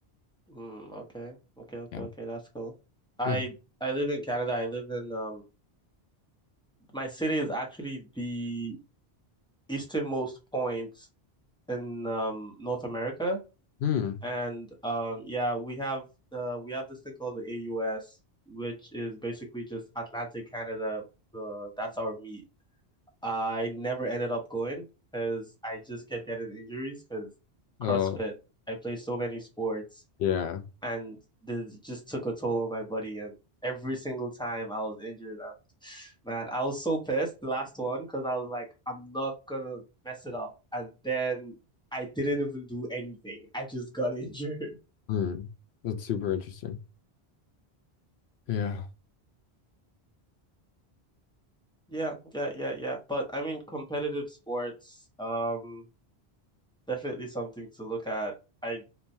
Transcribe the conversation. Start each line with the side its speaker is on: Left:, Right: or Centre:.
Centre: Mm, okay. Okay, okay,
Left: Yeah.
Centre: okay. That's cool. I
Left: Yeah.
Centre: I live in Canada. I live in um my city is actually the easternmost point in um North America.
Left: Hmm.
Centre: And um yeah, we have uh we have this thing called the AUS, which is basically just Atlantic Canada. The that's our meet. I never ended up going because I just kept getting injuries because
Left: Oh,
Centre: CrossFit. I play so many sports.
Left: yeah.
Centre: and this just took a toll on my body. And every single time I was injured, I'm, man, I was so pissed the last one because I was like, I'm not gonna mess it up. And then I didn't even do anything. I just got <laughs> injured.
Left: Hmm. That's super interesting. Yeah.
Centre: Yeah, yeah, yeah, yeah. But I mean, competitive sports, um, definitely something to look at. I